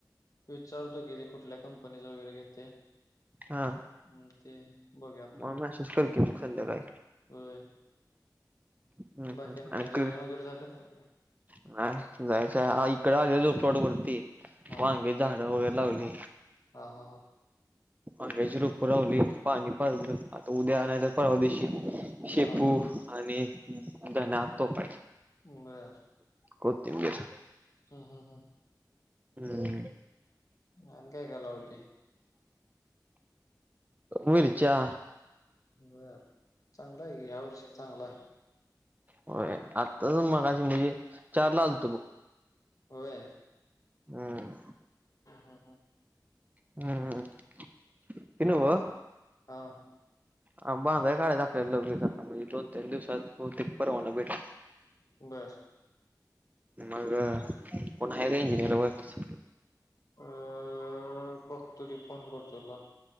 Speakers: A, on the left; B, on the right.
A: विचारतो किती कुठल्या कंपनीच वगैरे घेते.
B: हा
A: हम् ते बघू आपण.
B: मग मेसेज कर की मग संध्याकाळी
A: होय
B: हम्म
A: बाकीयान
B: हम्म
A: काय
B: आणि
A: जेवण
B: क
A: वगैरे झालं.
B: नाही जायचं आहे इकडे आले आलो प्लॉट वरती
A: हा
B: वांगे
A: हा
B: झाड वगैर लावली.
A: हा हा ह
B: अंग्याची रूप पुरवली पाणी पाजलं आता उद्या
A: बर
B: आण नाही तर परवादिवशी शेपू
A: हा हा
B: आणि धना तोपाय.
A: बरर
B: कोथिंबीर
A: हा हा हा
B: हम्म
A: अन काय लावल.
B: मिरच्या
A: बर चांगलं आहे या वर्षी चांगलं आहे.
B: हो आत्ताचून मगाशी म्हणजे चार ला आलतो बघ.
A: हो ह
B: हम्म
A: ह
B: हम्म हम येनव.
A: हां
B: ह बांधा काढाचं आपल्याला लगेचता म्हणजे दोन तीन दिवसात बहुतेक परवाना भेटा.
A: बस
B: मग कोण आहे का इंजिनियर कस?
A: अ फक्तो की फोन कर तुला